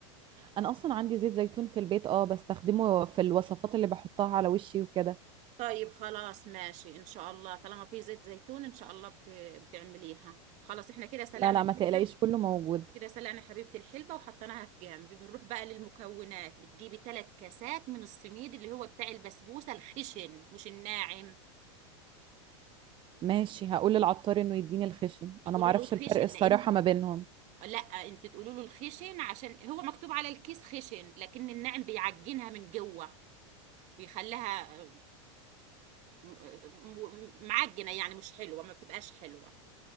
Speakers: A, on the right (about 30°); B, on the right (about 45°).
A: انا اصلا عندي زيت زيتون في البيت اه بستخدمه في الوصفات اللي بحطها على وشي وكده
B: طيب خلاص ماشي ان شاء الله طالما في زيت زيتون ان شاء الله بت... بتعمليها خلاص احنا كده سلقنا
A: لا لا
B: الكلبة
A: ما تقلقيش كله موجود
B: كده سلقنا حبيبة الحلبة وحطيناها في جنب بنروح بقى للمكونات بتجيبي ثلاث كاسات من السميد اللي هو بتاع البسبوسة الخشن مش الناعم
A: ماشي هقول للعطار انه يديني الخشن
B: تقولوا
A: انا ما اعرفش
B: له الخشن
A: الفرق الصراحة
B: لأن
A: ما بينهم
B: لا انت تقولوا له الخشن عشان هو مكتوب على الكيس خشن لكن الناعم بيعجنها من جوه بيخليها آه، م- م- معجنة يعني مش حلوة ما بتبقاش حلوة